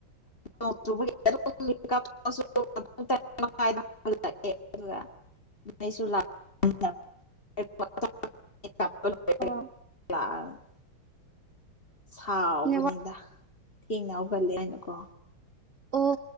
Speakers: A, on the left; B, on the right.
A: <unintelligible> <unintelligible> <unintelligible>
B: ꯑꯣ꯫
A: <unintelligible> ꯁꯥꯎꯕꯅꯤꯗ
B: ꯅꯦꯠꯋꯥꯛ
A: ꯊꯦꯡꯅ ꯍꯧꯒꯠꯂꯦ ꯍꯥꯏꯅꯀꯣ꯫
B: ꯑꯣ